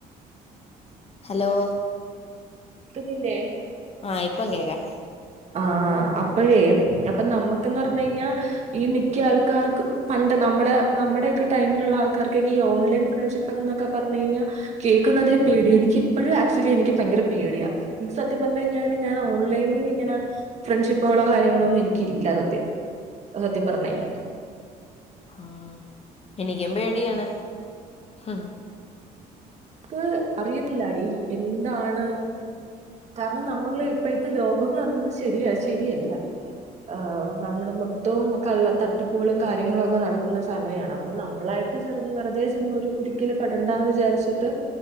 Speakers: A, on the left; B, on the right.
A: ഹലോ
B: <unintelligible>
A: ആഹ് ഇപ്പം കേക്കാം
B: ആഹ് അപ് പ്പഴേ അപ്പൊ നമ്മ ന്ന് പറഞ്ഞ കഴിഞ്ഞാൽ ഈ മിക്ക ആൾക്കാർക്കും പണ്ട് നമ്മുടെ നമ്മുടെയ ഒക്കെ ടൈമിലുള്ള ആൾക്കാർക്കൊക്കെ ഈ ഓൺലൈൻ ഫ്രണ്ട്ഷിപ്പ് എന്നൊക്കെ പറഞ്ഞ കഴിഞ്ഞാൽ കേൾക്കുന്നതേ പേടിയ എനിക്ക ഇപ്പോഴും ആക്ച്വലി എനിക്ക് ഭയങ്കര പേടിയാ എനിക്ക് സത്യം പറഞ്ഞ കഴിഞ്ഞാ ഞാൻ ഓൺലൈനി ഇങ്ങനെ ഫ്രണ്ട്ഷിപ്പുകളോ കാര്യങ്ങളോ ഒന്നും എനിക്കല്ല സത്യം അ സത്യം പറഞ്ഞ കഴിഞ്ഞാൽ
A: ആഹ എനിക്കും പേടിയാണ് ഉ
B: നക്ക് അറിയത്തില്ല അടി എന്താണ് കാരണം നമ്മള് ഇപ്പോഴത്തെ ലോകംന്ന് പറയുന്നത് ശരിയ ശരിയല്ല ആ നമ്മള് മൊത്തവും കള്ള തട്ടിപ്പുകളും കാര്യങ്ങളും ഒക്കെ നടക്കുന്ന സമയമാണ് അപ്പൊ നമ്മളായിട്ട് ചെറ വെറുതെ ചെന്ന് ഒരു കുരുക്കില് പെടേണ്ടന്ന് വിചാരിച്ചിട്ട്